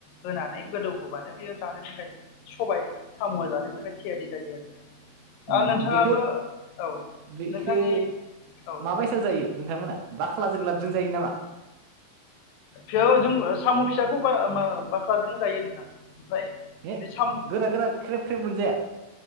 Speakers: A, on the left; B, on the right.
A: होनानै गोदौहोबानो बेयो जानो थाखाय सबाय साम' जानो थाखाय थियारि जायो आरो नोंथां
B: ओम
A: आरो नोंथाङाबो
B: बेखौ
A: औ
B: बेखौ
A: नोंथांनि औ बुंलाय
B: माबायसा जायो नोंथांमोना बाख्लाजों लाबजों जायो नामा
A: फिय जोंङो साम' फिसाखौ बा मा बाख्लाजों जायों नोंथां ओमफ्राय
B: हे
A: बे साम'
B: गोरा गोरा ख्रेब ख्रेब मोनजाया